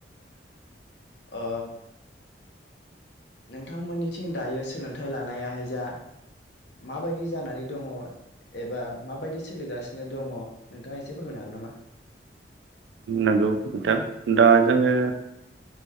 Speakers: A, on the left; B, on the right.
A: ओ नोंथांमोननिथिं दायो सोलोंथाइ लानायाहाय जा माबायदि जानानै दङ एबा माबायदि सोलिगासिनो दङ नोंथाङा एसे फोरमायनो हागोन नामा?
B: नंगौ नोंथां दा जोङो